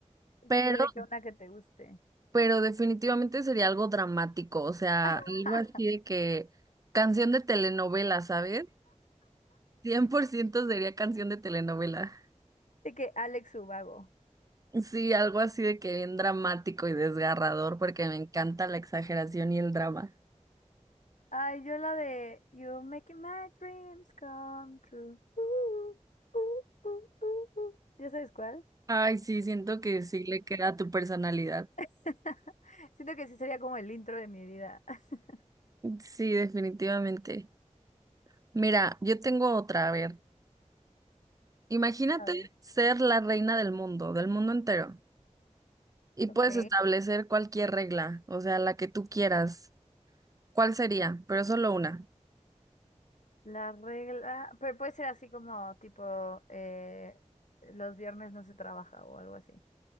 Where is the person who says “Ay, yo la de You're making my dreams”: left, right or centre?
Left